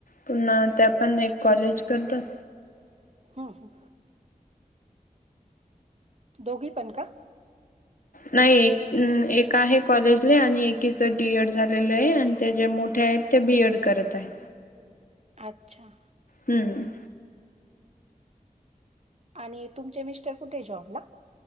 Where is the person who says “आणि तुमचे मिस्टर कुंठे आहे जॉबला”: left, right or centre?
Right